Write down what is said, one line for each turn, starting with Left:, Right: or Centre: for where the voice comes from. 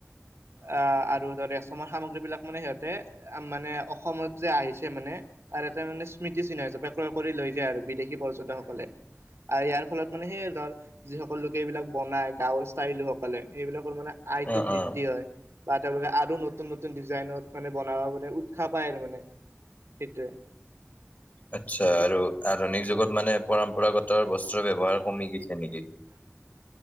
Right: অ' আৰু ধৰি অসমৰ সামগ্ৰী বিলাক মানে সিহঁতে মানে অসমত যে আহিছে মানে তাৰ এটা মানে স্মৃতি চিহ্ন। হিচাপে ক্ৰয় কৰি লৈ যায় আৰু বিদেশী পৰ্যটকসকলে আৰু ইয়াৰ। ফলত মানে সেই ধৰ যিসকল লোকে এইবিলাক বনাই গাঁৱৰ ষ্টাইল সেইবিলাক মানে আয়তটো
Left: অ'
Right: বৃদ্ধি
Left: অ'।
Right: হয় বা তেওঁলোকে আৰু নতুন নতুন ডিজাইনত মানে বনাব মানে উৎসাহ পায় আৰু মানে। সেইটোৱে।
Left: আচ্ছা আৰু আধুনিক যুগত মানে পৰম্পৰাগত বস্ত্ৰুৰ ব্যৱহাৰ কমি গৈছে নেকি?
Right: <inaudible>